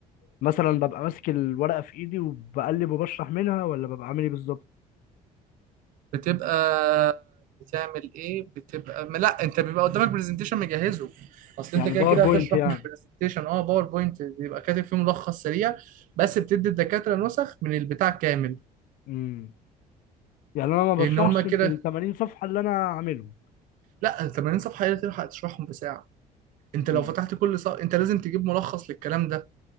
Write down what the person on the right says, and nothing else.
بتبقى بتعمل ايه بتبقى ما لا انت بيبقى قدامك برزنتيشن مجهزه اصل
انت كده
كده هتشرح
من البرزنتيشن اه باوربوينت بيبقى كاتب فيه ملخص سريع بس بتدي الدكاتره نسخ من البتاع كامل
لان هم كده
لا 80 صفحه ايه تلحق تشرحهم بساعه انت
لو فتحت كل صفحه انت لازم تجيب ملخص للكلام ده